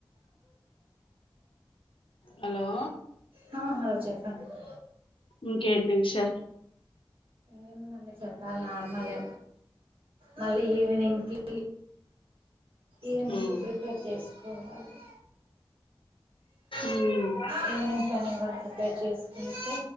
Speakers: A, on the left (about 70°); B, on the right (about 80°).
A: హలో
B: హా హలో చెప్పు అ
A: ఇంకేంటి విషయాలు
B: ఏముందండి చెప్పాలి నార్మలే మళ్ళీ ఈవినింగ్ కి ఈవినింగ్
A: మ్మ్
B: కి ప్రిపేర్ చేస్త పోవాలి
A: మ్మ్
B: ఈవినింగ్ పని కూడా ప్రిపేర్ చేసుకుంటే